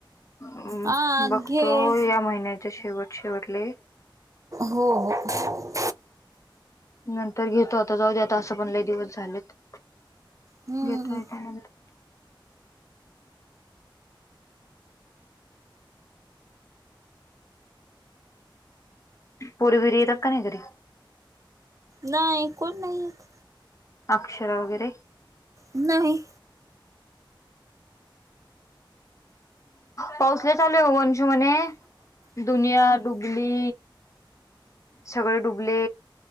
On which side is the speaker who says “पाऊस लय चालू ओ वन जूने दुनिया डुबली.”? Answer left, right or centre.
Left